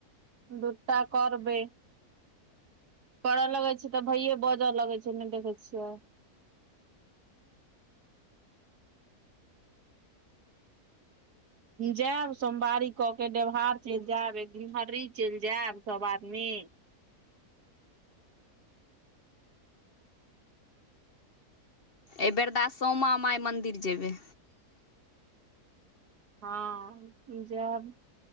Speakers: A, on the right (about 80°); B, on the left (about 45°).
A: दूटा करबै। करऽ लगैत छी तऽ भैय बाजऽ लगै छैय नहि देखै छियै। जैब सोमवारी क के देवहार चल जैब एक घिनहर्ररी चल जैब सब आदमी।
B: एहि बेरदा स्यामा माइ मन्दिर जेबै।
A: हँ जैब।